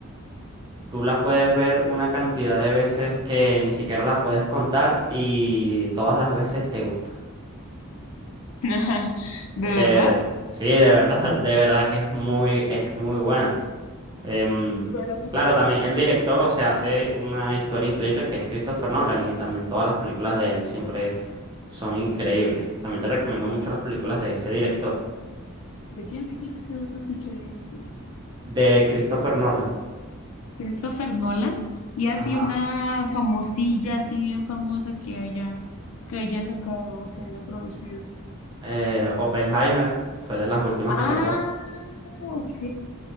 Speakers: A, on the right; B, on the left.
A: tú la puedes ver una cantidad de veces que ni siquiera la puedes contar y todas las veces te gusta.
B: <laughs> ¿De
A: De,
B: verdad?
A: sí, de verdad, <laughs> de verdad que es muy, es muy buena. Em,
B: Pero tú
A: claro,
B: te acuerdas
A: también el
B: de
A: director,
B: qué tra-
A: o sea, hace una historia increíble que es Christopher Nolan y también todas las películas de él siempre son increíbles. También te recomiendo mucho las películas de ese director,
B: ¿De quién? ¿De quién? Es que no te escuché bien.
A: de Christopher Nolan.
B: Christopher Nolan y así
A: Ajá.
B: una famosilla, así bien famosa que haya, que haya sacado, que haya producido.
A: Eh, Oppenheimer fue de las últimas
B: Ah,
A: que sacó.
B: ok.